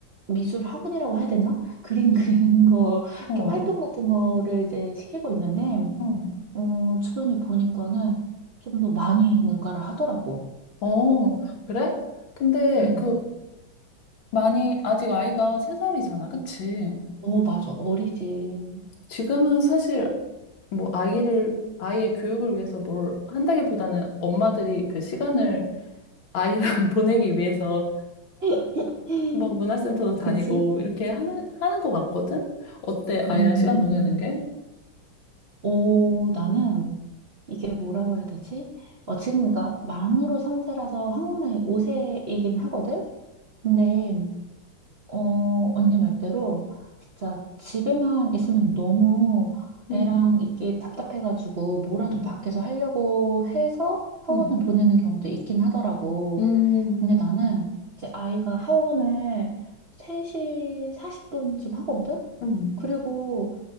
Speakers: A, on the right (about 65°); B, on the left (about 70°).
A: 미술 학원이라고 해야 되나? 그림 <laughs> 그리는 거, 이렇게
B: 어,
A: 활동 같은 거를 이제 시키고 있는데,
B: 어,
A: 어, 주변에 보니까는 좀 더 많이 뭔가를 하더라고.
B: 어, 그래? 근데
A: 음.
B: 그 많이 아직 아이가 세 살이잖아, 그치?
A: 어, 맞아. 어리지.
B: 지금은 사실 뭐 아이를 아이의 교육을 위해서 뭘 한다기보다는 엄마들이 그 시간을 아이랑 <laughs> 보내기 위해서
A: <gasps>
B: 막 문화센터도 다니고
A: <laughs> 그치?
B: 이렇게 하는 하는 것 같거든? 어때? 아이랑
A: 음,
B: 시간 보내는 게?
A: 오, 나는 이게 뭐라고 해야 되지? 어, 지금 그러니까 만으로 3세라서 한국 나이 5세이긴 하거든? 근데 어, 언니 말대로 진짜 집에만 있으면 너무
B: 응,
A: 애랑 있기 답답해가지고 뭐라도
B: 응,
A: 밖에서 하려고 해서 학원을
B: 응,
A: 보내는 경우도 있긴 하더라고.
B: 음,
A: 근데 나는 이제 아이가 학원을 3시 40분쯤 하거든?
B: 응,
A: 그리고